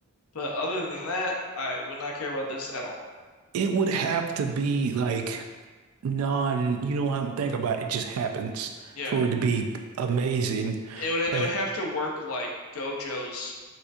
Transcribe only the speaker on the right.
It would have to be like non. You don't have to think about it. It just happens
for it to be amazing.
But